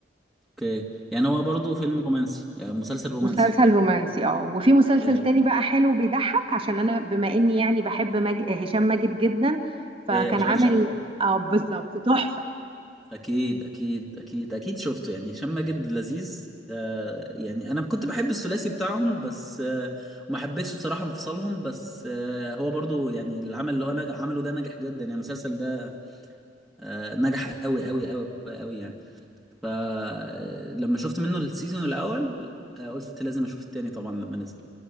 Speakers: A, in the centre; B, on the right (about 30°).
A: اوكي يعني هو برضو فيلم رومانسي يعني مسلسل رومانسي
B: مسلسل رومانسي اه وفي مسلسل
A: آه،
B: تاني بقى حلو بيضحك عشان انا بما اني يعني بحب مج... هشام ماجد جدا فكان
A: آه، اشغال
B: عامل
A: شقه
B: اه بالظبط تحفة
A: اكيد اكيد اكيد اكيد شفته يعني هشام ماجد لذيذ آه يعني انا كنت بحب الثلاثي بتاعهم بس آه ما حبيتش بصراحة انفصالهم بس آه هو برضو يعني العمل اللي هو نج- عمله ده نجح جدا يعني المسلسل ده آه نجح قوي قوي قوي قوي يعني فلما شفت منه السيزون الاول آه قلت لازم اشوف التاني طبعا لما نزل